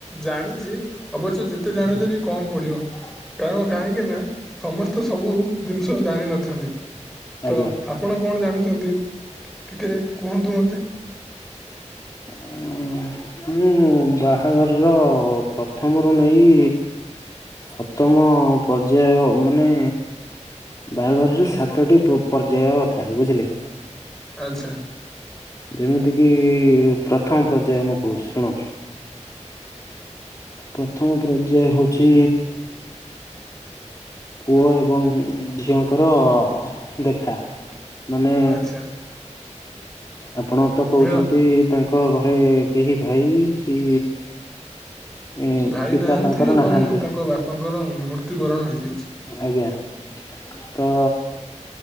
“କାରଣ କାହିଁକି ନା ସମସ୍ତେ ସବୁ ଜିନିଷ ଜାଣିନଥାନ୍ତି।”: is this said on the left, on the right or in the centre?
Centre